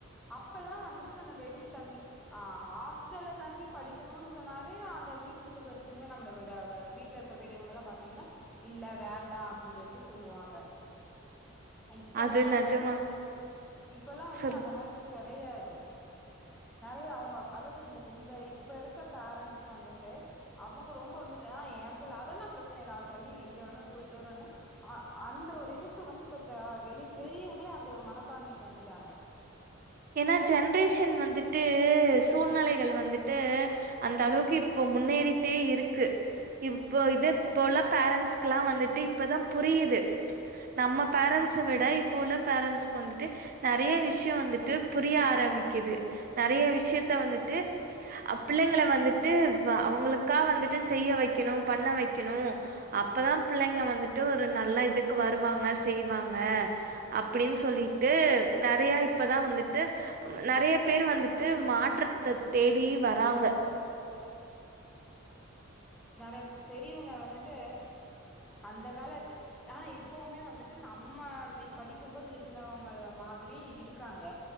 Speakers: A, in the centre; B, on the right.
A: அப்பலா வந்துட்டு நம்ம வெளி தங்கி ஆ ஹாஸ்டல்ல தங்கி படிக்கணுன் சொன்னாவே அந்த வீட்ல இருக்க பெருசுங்களா நம்மள விடா வ வீட்ல பெரியவங்களா பாத்தீங்கனா இல்ல வேண்டா அப்படின் சொல்ட்டு சொல்லுவாங்க அ இப்பலா
B: அது
A: வந்துட்டு
B: நிஜமா
A: இப்பலா வந்துட்டு
B: சொல்லு.
A: அந்த மாரி கெடையாது நெறைய அவ்ங்க அதாது இருந்துட்டு இந்த இப்ப இருக்க பேரண்ட்ஸ் வந்துட்டு அவுங்க ரொம்ப வந்துட்டு ஆ ஏ பிள்ள அதெல்லா பிரச்சன இல்ல அவ தனி எங்க வேணாலு போயிட்டு வருவான்னு அ அந்த ஒரு இதுக்கு வந்து இப்பப்ப வெளிய பெரியவ்ங்களே அந்த ஒரு மனப்பான்மைக்கு வந்துட்டாங்க
B: ஏனா ஜென்ரேஷன் வந்துட்டு சூழ்நிலைகள் வந்துட்டு அந்த அளவுக்கு இப்போ முன்னேறிட்டே இருக்கு இப்போ இது இப்போ உள்ள பேரண்ட்ஸ்க்குலா வந்துட்டு இப்பதா புரியுது நம்ம பேரண்ட்ஸ விட இப்போ உள்ள பேரண்ட்ஸ்க்கு வந்துட்டு நெறைய விஷ்ய வந்துட் ட்டு புரிய ஆரம்மிக்குது நெறைய விஷ்யத்த வந்துட்டு அ பிள்ளைங்கள வந்துட்டு வ அவ்ங்களுக்கா செய்ய வக்கெணு பண்ண வக்கெணு அப்பதா பிள்ளைங்க வந்துட்டு ஒரு நல்ல இதுக்கு வருவாங்க செய்வாங்க அப்டின் சொல்லிட்டு நெறைய இப்பதா வந்து ட்டு நெறைய பேரு வந்துட்டு மாற்றத்த தேடி வராங்க
A: நெறைய பெரியவ்ங்க வந்துட்டு அந்த காலத்து ஆனா இப்பவுமே வந்துட்டு நம்ம வீ படிக்கும்போது இருந்தவுங்க மாதிரி இருக்காங்க